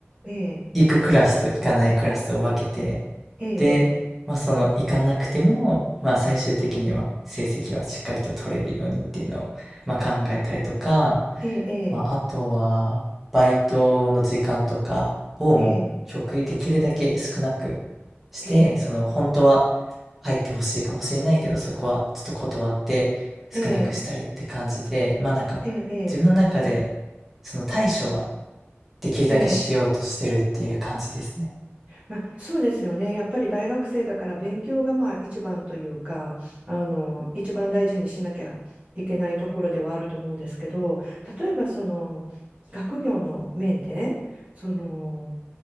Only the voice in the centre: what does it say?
行くクラスと行かないクラスを分けて、
で、まあその行かなくても、まあ最終的には成績はしっかりと取れるようにっていうのを、まあ考えたりとか、
まあ、あとは、バイトの時間とかをもう極力できるだけ少なく
して、
その本当は入ってほしいかもしれないけど、そこはちょっと断って少なくしたりって感じで、
まあなんか自分の中で
その対処はできるだけしようとしてるっていう感じですね。